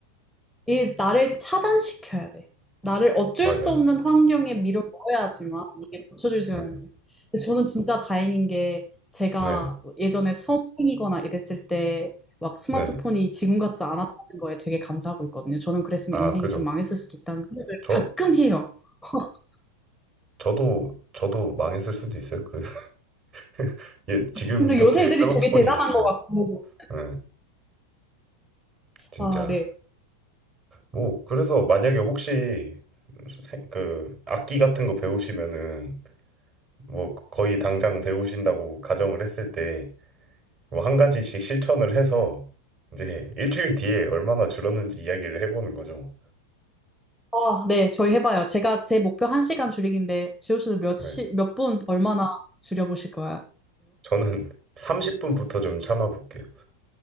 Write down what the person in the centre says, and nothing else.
이 나를 타단시켜야 돼. 나를 어쩔
수 없는 환경에 밀어 넣어야지만 이게 고쳐질 수
있는 거예요. 근데 저는 진짜 다행인 게 제가
예전에 수험생이거나 이랬을 때 막 스마트폰이
지금 같지 않았다는 거에 되게 감사하고 있거든요. 저는 그랬으면
인생이
좀 망했을 수도 있다는 생각을
가끔 해요. <laughs>
그래서
요새 애들이
되게 대단한
것 같고.
아, 네.
아, 네. 저희 해봐요. 제가 제 목표 1시간 줄이기인데 지호 씨는 몇
시, 몇 분, 얼마나 줄여보실 거예요?